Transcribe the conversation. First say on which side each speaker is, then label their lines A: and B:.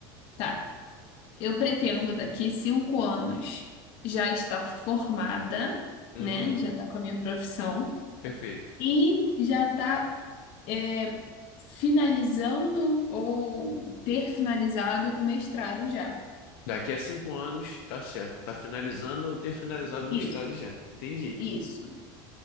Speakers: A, on the left (about 50°); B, on the left (about 70°).
A: tá. Eu pretendo daqui cinco anos já estar formada,
B: Uhum,
A: né? Já tá com a minha profissão
B: perfeito.
A: e já tá é, finalizando ou ter finalizado o mestrado já.
B: Daqui a cinco anos, tá certo. Tá finalizando ou ter finalizado o
A: Isso,
B: mestrado já. Entendi.
A: isso.